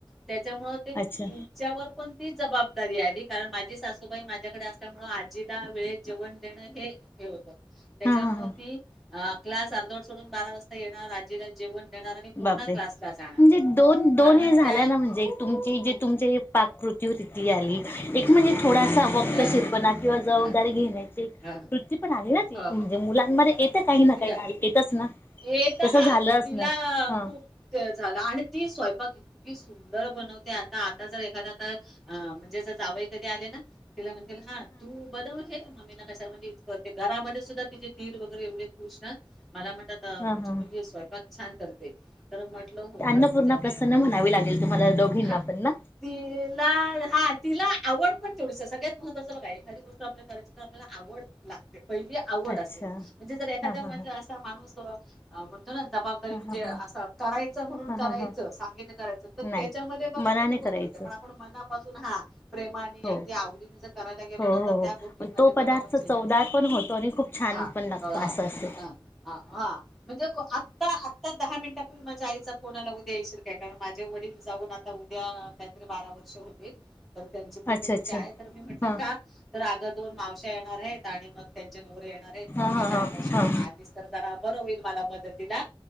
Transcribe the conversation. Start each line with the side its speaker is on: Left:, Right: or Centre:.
Centre: त्याच्यामुळं त्यांच्यावर
Left: अच्छा
Centre: पण ती जबाब दारी आली कारण माझी सासूबाई माझ्याकडे असल्यामुळं आजीला वेळेत जेवण देणं हे हे होतं. त्याच्यामुळे
Left: हा हा हा
Centre: ती अ क्लास अर्धवट सोडून बारा वाजता येणार आजीला जेवण देणार आणि पुन्हा
Left: बापरे
Centre: क्लासला जाणार.
Left: म्हणजे दोन दोन
Centre: आणि मग
Left: हे झाल्या
Centre: त्या
Left: ना म्हणजे तुमची जे तुमचे हे पाकृत रुती आली एक म्हणजे थोडासा वक्तशिरपणा
Centre: अ,
Left: किंवा जबाबदारी
Centre: अ, अ,
Left: घेण्याची
Centre: हं,
Left: वृत्ती पण आली ना ती
Centre: हं,
Left: म्हणजे
Centre: हं.
Left: मुलांमध्ये. काही ना
Centre: तिच्या
Left: काही येतच ना.
Centre: येत
Left: तसं
Centre: हात
Left: झालं असणार
Centre: तिला
Left: हा
Centre: खूप वेळ झाला आणि ती स्वयंपाक की सुंदर बनवते आता आता जर एखादा आता अ म्हणजे जर जावई कधी आले ना तिला म्हण हा तू बनव हे मम्मी ना कशाला हे कर घरामध्ये सुद्धा दिर वगैरे एवढे खुश ना मला म्हट तुमची
Left: हा हा
Centre: मुलगी स्वयंपाक छान करते. तर म्हटलं हो
Left: अन्नपूर्णा
Centre: कारण तिच्या ते,
Left: प्रसन्न म्हणावी लागेल तुम्हाला दोघींना
Centre: ह
Left: पण ना
Centre: तिला ह तिला आवड पण तेवढी आहे सगळ्यात महत्वाचा बघा एखादी गोष्ट आपल्या करायची तर आपल्याला आवड लागते. पहिली आवड
Left: अच्छा
Centre: असते म्हणजे जर एखाद्या
Left: हा हा
Centre: म्हणजे
Left: हा
Centre: असा माणूस आ म तो ना जबाबदारी
Left: हा
Centre: म्हणजे
Left: हा
Centre: असं
Left: हा
Centre: करायचं म्हणून
Left: हा
Centre: करायचं
Left: हा हा
Centre: सांगे ते करायचं तर
Left: नाही
Centre: त्याच्यामध्ये बघा
Left: मनाने
Centre: ते ते
Left: करायचं
Centre: होत राहते पण आपण मनापासून हा प्रेमानी
Left: हो
Centre: अगदी आवडीने जर करायला गेलो
Left: हो
Centre: ना
Left: हो
Centre: तर
Left: हो
Centre: त्या गोष्टीमध्ये
Left: तो
Centre: बघा
Left: पदार्थ
Centre: म्हणजे
Left: चवदार
Centre: हे असतं
Left: पण होतो आणि खूप छान
Centre: हा
Left: पण लागतो
Centre: हा
Left: असं असे.
Centre: हा हा हा म्हणजे आता आता दहा मिनिटा माझ्या आईचा फोन आला उद्या येशील काय कारण माझ्या वडील जाऊन आता उद्या काहीतरी बारा वर्ष होतील. तर त्यांची पुण्य
Left: अच्छा
Centre: तिथी
Left: अच्छा
Centre: आहे तर मी म्हटलं
Left: हा
Centre: का तर अग दोन माव श्या येणार आहेत आणि मग त्यांच्या येणारेत
Left: हा
Centre: मग
Left: हा
Centre: माझ्या
Left: हा
Centre: हाताशी
Left: हा
Centre: कोण आलीस तर होईल मला मदतीला